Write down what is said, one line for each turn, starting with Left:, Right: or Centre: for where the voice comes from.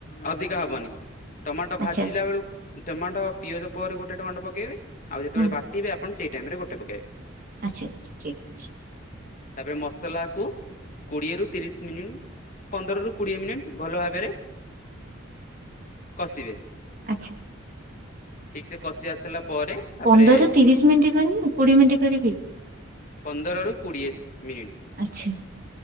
Left: ଅଧିକା ହବନି। ଟମାଟୋ ଭାଜିଲା
Right: ଆଚ୍ଛା ଆଚ୍ଛା
Left: ବେଳକୁ ଟମାଟୋ ପିଆଜ ପରେ ଗୋଟେ ଟମାଟୋ ପକେଇବେ ଆଉ ଯେତେବେଳେ
Right: ହୁଁ
Left: ବାଟିବେ ଆପଣ ସେଇଠା ଟାଇମ ରେ ଗୋଟେ ପକାଇବ।
Right: ଆଚ୍ଛା ଆଛା ଠିକ୍ ଅଛି।
Left: ତାପରେ ମସଲା କୁ କୋଡିଏ ରୁ ତିରିଶ ମିନିଟ ପନ୍ଦର ର କୋଡିଏ ମିନିଟ ଭଲ ଭାବରେ କଷିବେ
Right: ଆଚ୍ଛା।
Left: ଠିକ ସେ କଷି ଆସିଲା ପରେ ତାପରେ
Right: ପନ୍ଦର ରୁ ତିରିଶ ମିନିଟ କରିବି କୋଡିଏ ମିନିଟ୍ କରିବି।
Left: ପନ୍ଦରରୁ କୋଡ଼ିଏ ମିନିଟ୍।
Right: ଆଚ୍ଛା।